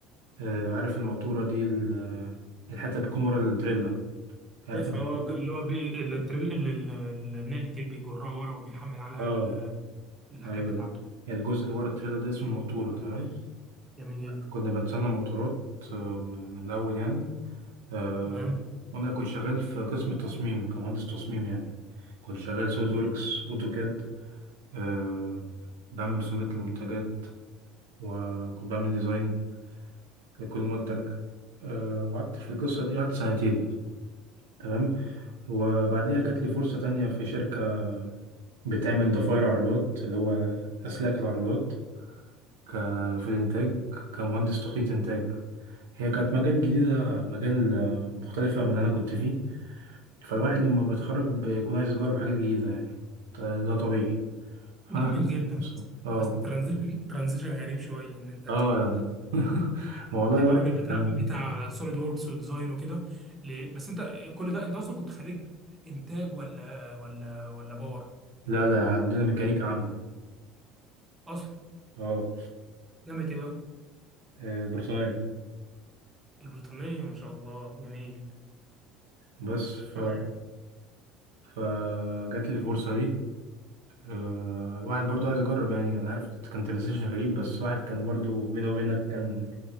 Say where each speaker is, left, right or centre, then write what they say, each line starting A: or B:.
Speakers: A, on the right; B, on the right.
A: آه عارف المقطورة دي ال- الحتة اللي بتكون ورا التريلا عارف انت
B: فهو اللي هو بي... اللي التريل... اللي ال- ال- نقل التيل بيجرها ورا وبيحمل عليها
A: اه
B: ال- الحاجات
A: أيوه
B: بتاعته
A: الجزء اللي ورا التريلا ده اسمه المقطورة تمام
B: جميل جدا
A: كنا بنصنع مقطورات آه، من من الأول يعني آه،
B: تمام
A: وانا كنت شغال في قسم التصميم كمهندس تصميم يعني كنت شغال سوليد ووركس اوتوكاد أه بعمل رسومات للمنتجات وكنت بعمل ديزاين لكل منتج أه وقعدت في القصة دي قعدت سنتين تمام وبعديها جات لي فرصة تانية في شركة بتعمل ضفاير عربيات اللي هو أسلاك العربيات ك- في الإنتاج كمهندس تخطيط إنتاج هي كانت مجال جديدة مجال آه، مختلفة من اللي أنا كنت فيه فالواحد لما بيتخرج بيكون عايز يجرب حاجات جديدة يعني ط- ده طبيعي فأنا
B: جميل
A: خدت
B: جدا
A: فرصة اه
B: بس ترانزيشن ترانزيشن غريب شويه ان انت
A: اه
B: تبقى
A: ما والله
B: تبقى
A: الواحد
B: راجل بتاع
A: كان
B: بتاع سوليد ووركس وديزاين وكده ل- بس انت كل ده انت اصلا كنت خريج انتاج ولا ولا ولا باور
A: لا لا عندنا ميكانيكا عامة
B: اصلا
A: اه
B: جامعه ايه بقى
A: آه، بريطانية
B: البريطانيه ما شاء الله جميل
A: بس ف...
B: تمام
A: فجات لي الفرصة دي آه، الواحد برضو عايز يجرب يعني أنا عارف كان ترانزيشن غريب بس الواحد كان برضو بينه وبينك كان